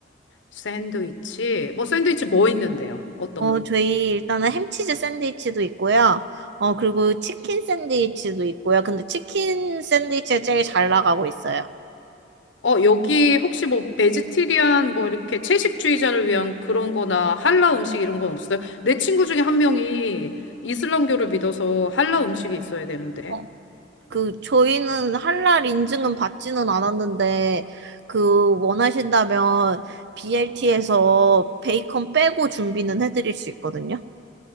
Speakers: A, on the left; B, on the right.
A: 샌드위치? 뭐, 샌드위치 뭐 있는데요? 어떤
B: 어,
A: 거?
B: 저희 일단은 햄치즈 샌드위치도 있고요. 어, 그리고 치킨 샌드위치도 있고요. 근데 치킨 샌드위치가 제일 잘 나가고 있어요.
A: 어, 여기 혹시 뭐 베지테리안 뭐 이렇게 채식주의자를 위한 그런 거나 할라 음식 이런 건 없어요? 내 친구 중에 한 명이 이슬람교를 믿어서 할라 음식이 있어야 되는데.
B: 어, 그 저희는 할랄 인증은 받지는 않았는데 그 원하신다면 BLT에서 베이컨 빼고 준비는 해드릴 수 있거든요.